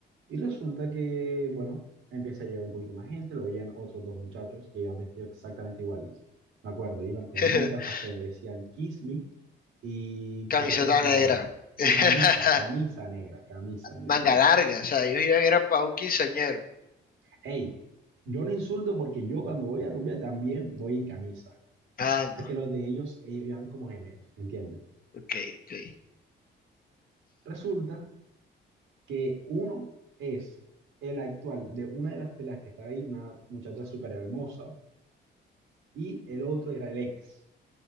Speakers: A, on the right; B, on the left.
A: Y resulta que, bueno, empieza a llegar un poquito más gente. Lo veían otros dos muchachos que iban vestidos exactamente iguales. Me acuerdo, iban con
B: <laughs>
A: unas gafas que decían Kiss Me y
B: Camiseta
A: completamente
B: negra.
A: de negro.
B: <laughs>
A: Y camisa, camisa negra, camisa negra.
B: Manga larga. O sea, ellos iban era para un quinceañero.
A: Hey, yo no insulto porque yo cuando voy a rubia también voy en camisa.
B: Ah, no,
A: Es que los de ellos, ellos eran como gemelos, ¿entiendes?
B: ok, ok.
A: Resulta que uno es el actual de una de las pelas que está ahí, una muchacha súper hermosa, y el otro era el ex,